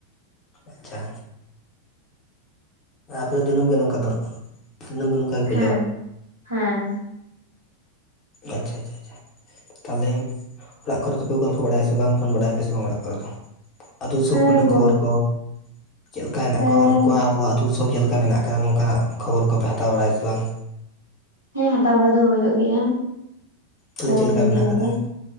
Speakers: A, on the left; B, on the right.
A: ᱟᱪᱪᱷᱟ ᱟᱯᱮ ᱫᱚ ᱫᱤᱱᱟᱹᱢ ᱜᱮ ᱱᱚᱝᱠᱟ ᱫᱚ ᱫᱤᱱᱟᱹᱢ ᱫᱚ ᱱᱚᱝᱠᱟ ᱜᱮᱯᱮ
B: ᱦᱮᱸ
A: ᱡᱚᱢᱟ?
B: ᱦᱮᱸ
A: ᱟᱪᱪᱷᱟ ᱟᱪᱪᱷᱟ ᱟᱪᱪᱷᱟ ᱛᱟᱦᱚᱞᱮ ᱚᱲᱟᱜ ᱠᱚᱨᱮ ᱫᱚᱯᱮ ᱜᱚᱞᱯᱚ ᱵᱟᱲᱟᱭᱟ ᱥᱮᱮ ᱵᱟᱝ ᱯᱷᱳᱱ ᱵᱟᱲᱟᱭᱟ ᱯᱮ ᱥᱮ ᱵᱟᱝ ᱚᱲᱟᱜ ᱠᱚᱨᱮ ᱫᱚ ᱟᱹᱛᱩ ᱫᱤᱥᱚᱢ
B: ᱦᱮᱸ
A: ᱠᱷᱚᱱᱟᱜ
B: ᱜᱚ
A: ᱠᱷᱚᱵᱚᱨ ᱠᱚ ᱪᱮᱫ ᱞᱮᱠᱟ ᱦᱮᱱᱟᱜ
B: ᱦᱮᱸ
A: ᱠᱚᱣᱟ ᱵᱟᱹᱱᱩᱜ ᱠᱚᱣᱟ ᱟᱵᱚᱣᱟᱜ ᱟᱹᱛᱩᱥ ᱪᱮᱫ ᱞᱮᱠᱟ ᱢᱮᱱᱟᱜ ᱟᱠᱟᱫᱟ ᱱᱚᱝᱠᱟᱱᱟᱜ ᱠᱷᱚᱵᱚᱨ ᱠᱚᱯᱮ ᱦᱟᱛᱟᱣ ᱵᱟᱲᱟᱭᱟ ᱥᱮ ᱵᱟᱝ
B: ᱦᱮᱸ ᱦᱟᱛᱟᱣ ᱵᱟᱲᱟ ᱫᱚ ᱦᱩᱭᱩᱜ ᱜᱮᱭᱟ
A: ᱛᱟᱦᱚᱞᱮ
B: ᱯᱷᱳᱱ
A: ᱪᱮᱫ ᱞᱮᱠᱟ
B: ᱜᱮᱭᱟᱞᱮ
A: ᱢᱮᱱᱟᱜ ᱟᱠᱟᱫᱟ